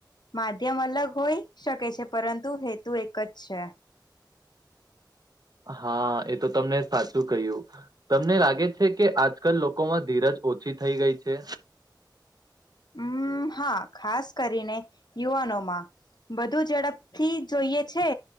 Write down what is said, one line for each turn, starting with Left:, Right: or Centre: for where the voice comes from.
Left: માધ્યમ અલગ હોઈ શકે છે પરંતુ હેતુ એક જ છે.
Right: હા એ તો તમને સાચું કહ્યું તમને લાગે છે કે આજકાલ લોકોમાં ધીરજ ઓછી થઈ ગઈ છે?
Left: હમ, હા ખાસ કરીને યુવાનોમાં. બધું ઝડપથી જોઈએ છે.